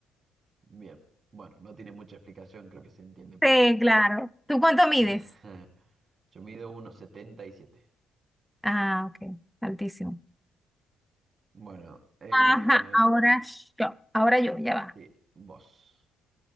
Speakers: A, on the right; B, in the centre.
A: Bien, bueno, no tiene mucha explicación, creo que se entiende por
B: Sí,
A: qué.
B: claro. ¿Tú cuánto mides?
A: <laughs> Yo mido 1,77.
B: Ah, ok, altísimo.
A: Bueno, em,
B: Ajá, ahora yo, ahora yo, ya va.
A: sí, vos.